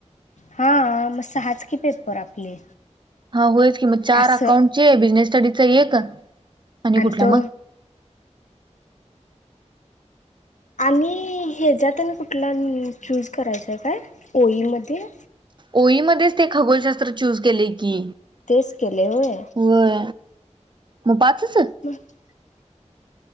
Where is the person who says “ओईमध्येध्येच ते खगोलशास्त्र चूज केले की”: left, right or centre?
Right